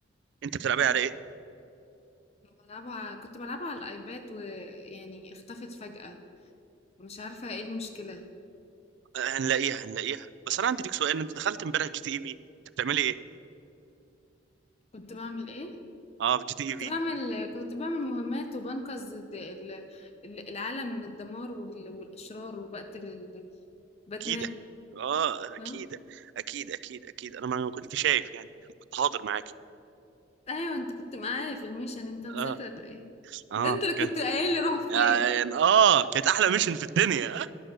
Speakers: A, on the right; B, on the left.
A: انت بتلعبيها
B: واو
A: على ايه؟
B: أنا بلعبها كنت بلعبها على الايباد ويعني اختفت فجأة مش عارفة ايه المشكلة
A: آه، هنلاقيها هنلاقيها بس انا عندي ليك سؤال انت دخلت امبارح جي تي اي في انت بتعملي ايه؟
B: كنت بعمل ايه
A: اه في جي تي اي
B: كنت
A: في
B: بعمل كنت بعمل مهمات وبنقذ الد- ال- ال- العالم من الدمار وال- والاشرار وبقتل ال- باتمان
A: اكيد اه اكيد
B: اه
A: اكيد اكيد اكيد انا ما كنت شايف يعني كنت حاضر معاكي
B: ايوه انت كنت معايا في الميشن انت نسيت
A: اه
B: ولا ايه
A: اه
B: ده انت اللي كنت
A: كانت
B: قايل لي روح فين
A: يعني اه كانت احلى ميشن في الدنيا